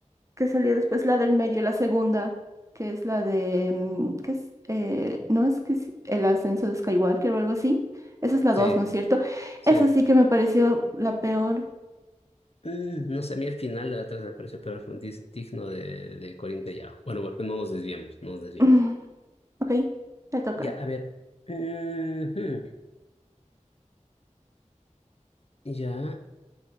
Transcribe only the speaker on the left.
Sí,
sí.
Mm, no sé, a mí el final de la tercera me pareció pero fue dis- digno de, de Corín Tellado. Bueno, bueno, no nos desviemos, no nos
desviemos.
Ya, a ver. Ujú. Ya,